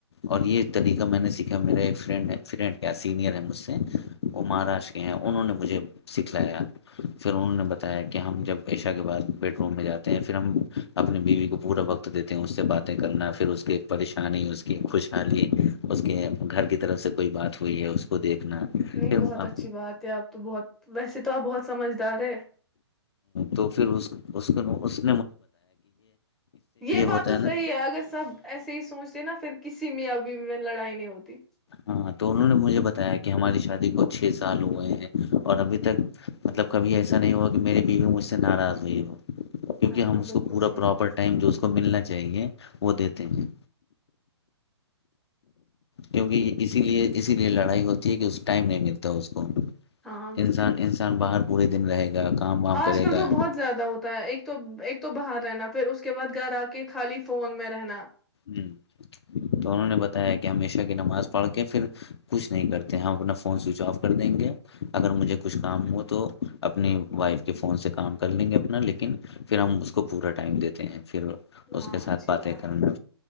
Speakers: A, on the left; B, in the centre.
A: اور یہ طریقہ میں نے سیکھا میرے ایک ف ف سینئر ہے مجھ سے وہ مہاراشٹر کے ہیں انہوں نے مجھے سکھلایا پھر انہوں نے بتایا کہ ہم جب عشا کے بعد بیڈ روم میں جاتے ہیں پھر ہم اپنی بیوی کو پورا وقت دیتے ہیں باتیں کرنا پھر اس کی ایک پریشانی ہو خوشحالی اس کے گھر کی طرف سے کوئی بات ہوئی ہے اس کو دیکھنا
B: نہیں
A: ہ
B: بہت اچھی بات ہے آپ تو بہت ویسے تو آپ بہت سمجھدار ہے
A: تو پھر اس کو اور
B: یہ بات
A: ہوتا
B: تو
A: نا
B: صحیح ہے اگر سب ایسے ہی سوچتے ہیں نا پھر کسی میں میں لڑائی نہیں ہوتی
A: ہاں تو انہوں نے مجھے بتایا کہ ہماری شادی کو چھ سال ہوئے ہیں اور ابھی تک مطلب کبھی ایسا نہیں ہوا کہ میری بیوی مجھ سے ناراض ہوئی ہو کیونکہ
B: ہاں
A: ہم اس
B: بالکل
A: کو پورا
B: صحیح
A: پراپر
B: بات
A: ٹائم جو اس کو ملنا چاہیے وہ دیتے ہیں کیونکہ اسی لیے اسی لیے لڑائی ہوتی ہے کہ اس ٹائم نہیں ملتا ہے اس کو
B: ہاں
A: انسان
B: بالکل
A: انسان باہر پورے دن رہے گا کام وام
B: آج
A: کرے
B: کل
A: گا
B: تو بہت زیادہ ہوتا ہے ایک تو ایک تو باہر رہنا پھر اس کے بعد گھر آ کے خالی فون میں رہنا
A: جی تو انہوں نے بتایا کیا م شا کی نماز پڑھ کے پھر کچھ نہیں کرتے ہم اپنا فون سوئچ آف کر دیں گے اگر مجھے کچھ کام ہو تو اپنی وائف کے فون سے کام کر لیں گے اپنا لیکن پھر ہم اس کو پورا ٹائم دیتے ہیں پھر اس
B: ہاں
A: کے ساتھ
B: اچھی
A: باتیں
B: بات
A: کرنا
B: ہے